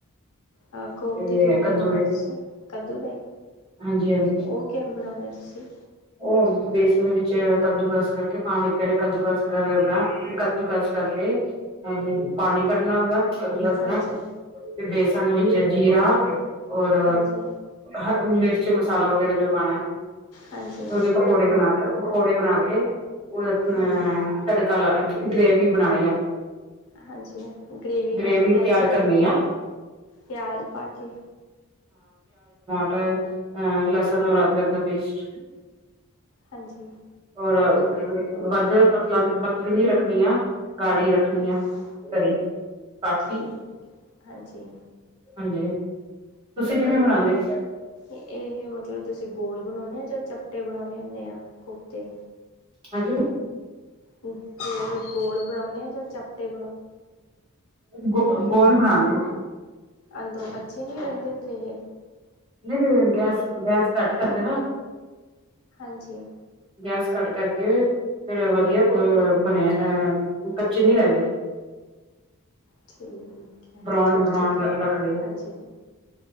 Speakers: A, on the left; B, on the right.
A: ਹਾਂ ਕੋਪਤੇ
B: ਤੇ
A: ਕਿਵੇਂ
B: ਕੱਦੂ
A: ਬਣਾਉਣੇ
B: ਦੇ
A: ਤੁਸੀ, ਕੱਦੂ ਦੇ
B: ਹਾਂਜੀ ਹਾਂਜੀ
A: ਉਹ ਕਿਵੇਂ ਬਣਾਉਣੇ ਹੋ ਸੀ
B: ਉਹ ਬੇਸਨ ਵਿੱਚ ਕੱਦੂ ਕਸ ਕਰਕੇ ਪਾਣੀ ਇੱਕੇ ਕੱਦੂ ਕਸ ਕਰਦਾ ਕੱਦੂ ਕਸ ਕਰਕੇ ਪਾਣੀ ਕੱਢਣਾ ਉਹਦਾ ਕੱਦੂ ਕਾਸ
A: ਹਾਂਜੀ,
B: ਤੇ ਬੇ ਲਸਣ ਵਿੱਚ ਜੀਰਾ ਔਰ
A: ਹਾਂਜੀ,
B: ਹ ਮਿਰਚੀ ਮਸ ਮਸਾਲਾ ਵਗੈਰਾ ਜੋ ਪਾਣਾ ਐ।
A: ਹਾਂਜੀ,
B: ਉਹਦੇ ਪਕੌੜੇ ਬਣਾ ਪਕੌੜੇ ਬਣਾ ਕੇ ਉਹਦਾ ਅਹ
A: ਹਾਂਜੀ।
B: ਤੜਕਾ ਲਾ ਗ੍ਰੇਵੀ ਬਣਾਣੀ ਆ।
A: ਹਾਂਜੀ ਗਰੇਵੀ
B: ਗ੍ਰੇਵੀ
A: ਖਾਧਦੀ ਪਿਆਜਾਂ
B: ਤਿਆਰ
A: ਦੀ
B: ਕਰਨੀ ਆ
A: ਪਿਆਜ ਪਾ ਕੇ।
B: ਮ ਅਹ ਲਸਨ ਔਰ ਅਦਰਰਦ ਪੇਸਟ।
A: ਹਾਂਜੀ
B: ਔਰ ਅਉ ਵੱਧ ਪਤਲਾਂ ਪਤਲੀ ਨੀ ਰੱਖਣੀ ਆ। ਗਾੜੀ ਰੱਖਣੀ
A: ਹਾਂਜੀ
B: ਆ ਤਰੀ ਤਾਂਕਿ
A: ਠੀਕ ਹਾਂਜੀ
B: ਹਾਜੀ । ਤੁਸੀਂ ਕਿਵੇਂ ਬਣਾਉਂਦੇ
A: ਇਹਹੀ ਮਤਲਬ ਤੁਸੀਂ ਗੋਲ ਬਣਾਉਦੇ ਆਾਂ, ਜਾਂ ਚੱਪਟੇ ਬਣਾਉਦੇ ਹੁੰਦੇ ਆ ਕੁਫਤੇ
B: ਹਾਂਜੀ।
A: ਗੋਲ, ਗੋਲ ਬਣਾਉਂਦੇ ਆਾਂ ਜਾਂ ਚੱਪ ਟੈ
B: ਗੋ ਗੋਲ ਬਣਾਦੇ
A: ਅੰਦਰੋਂ ਬੱਚੇ ਨਹੀਂ ਰਹਿੰਦੇ ਫਰੀ ਏ
B: ਨਹੀਂ ਗੈਸ ਗੈਸ ਕੱਟ ਕਰ ਦੇ ਨਾ
A: ਹਾਂਜੀ।
B: ਗੈਸ ਕੱਟ ਕਰਕੇ ਫਿਰ ਵਧੀਆ ਬਣਿਆ ਅਹ ਕੱਚੇ ਨਹੀਂੀ ਰਹਿੰਦੇ
A: ਠੀਕ ਹੈ
B: ਬਰਾਉਣ
A: ਛੋਟੇ
B: ਬਰਾਉਣ
A: ਛੋਟੇ
B: ਰੱਖਦੇ ਆ
A: ਹਾਂਜੀ